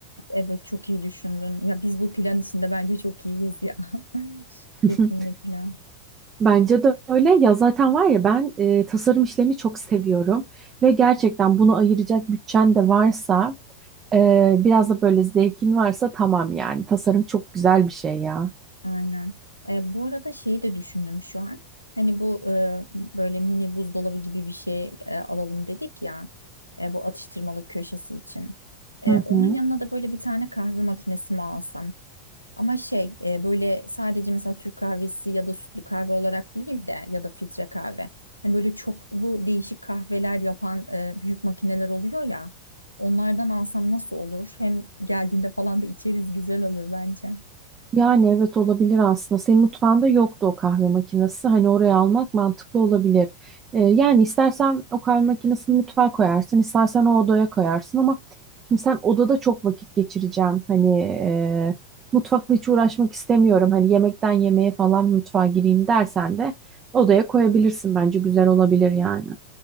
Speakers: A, on the left; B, on the right.
A: Evet çok iyi düşündün. Ya biz bu plan içinde bence çok iyiyiz ya. <laughs>
B: <laughs>
A: Kesinlikle.
B: Bence de öyle. Ya zaten var ya ben e, tasarım işlerini çok seviyorum ve gerçekten bunu ayıracak bütçen de varsa e, biraz da böyle zevkin varsa tamam yani. Tasarım çok güzel bir şey ya.
A: Aynen. E, bu arada şeyi de düşündüm şu an. Hani bu e, böyle mini buzdolabı gibi bir şey e, alalım dedik ya. E, bu atıştırmalık köşesi için. E,
B: Hı
A: onun
B: hı.
A: yanına da böyle bir tane kahve makinesi mi alsam? Ama şey e, böyle sadece mesela Türk kahvesi ya da sütlü kahve olarak değil de ya da filtre kahve. Hani böyle çoklu değişik kahveler yapan e, büyük makineler oluyor ya. Onlardan alsam nasıl olur? Hem geldiğinde falan da içeriz güzel olur bence.
B: Yani evet olabilir aslında. Senin mutfağında yoktu o kahve makinesi. Hani oraya almak mantıklı olabilir. Ee, yani istersen o kahve makinesini mutfağa koyarsın, istersen o odaya koyarsın ama şimdi sen odada çok vakit geçireceğim. Hani e, mutfakla hiç uğraşmak istemiyorum. Hani yemekten yemeğe falan mutfağa gireyim dersen de odaya koyabilirsin. Bence güzel olabilir yani.